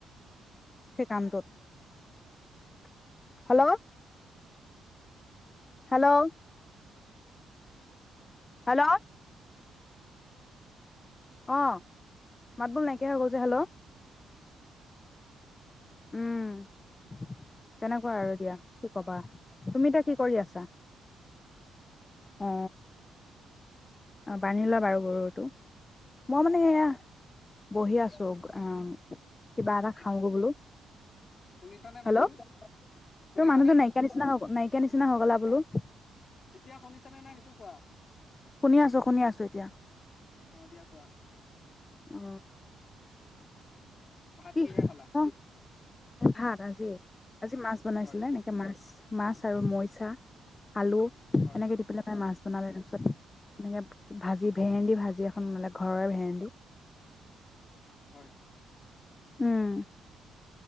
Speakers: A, on the left; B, on the left.
A: সেই কামটোত। হেল্ল'। হেল্ল'। হেল্ল'। অ মাত বোল নাইকিয়া হৈ গ'ল যে হেল্ল'। উম। তেনেকুৱা আৰু দিয়া কি কবা, তুমি এতিয়া কি কৰি আছা? অ। অ' বান্ধি লোৱা বাৰু গৰুটো। মই মানে এয়া বহি আছো অ, কিবা এটা খাওঁগৈ বোলো।
B: শুনিছানে মাতটো
A: হেল্ল' তোৰ
B: শুনিছানে
A: মানুহটো নাইকিয়া নিচিনা হ নাইকিয়া নিচিনা হৈ গ'লা বোলো।
B: এতিয়া শুনিছ নে নাই সেইটো কোৱা?
A: শুনি আছো শুনি আছোঁ এতিয়া।
B: অ এতিয়া কোৱা
A: অ
B: ভাত
A: কি
B: কিহে খালা?
A: অ ভাত আজি, আজি মাছ বনাইছিলে।
B: হয়
A: মাছ মাছ আৰু মৰিচা আলু
B: হয়
A: এনেকে দি পেলাই ম
B: হয়
A: মাছ বনালে তাৰপিছত এনেকে ভাজি ভেন্দি ভাজি এখন বনালে ঘৰৰে ভেন্দি।
B: হয়।
A: উম।